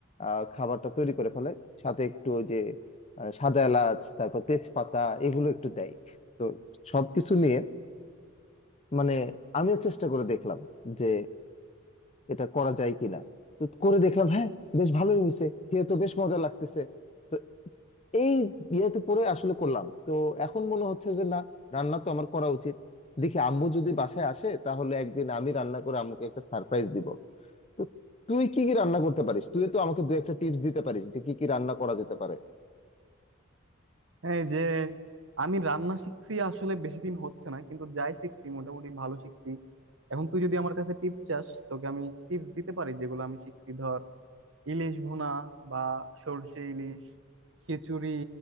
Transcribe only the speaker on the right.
হ্যাঁ, এই যে আমি রান্না শিখছি আসলে বেশি দিন হচ্ছে না কিন্তু যাই শিখছি মোটামুটি ভালো শিখছি এখন তুই যদি আমার কাছে টিপ চাস তোকে আমি টিপস দিতে পারি যেগুলো আমি শিখছি ধর ইলিশ ভুনা বা সর্ষে ইলিশ খিচুড়ি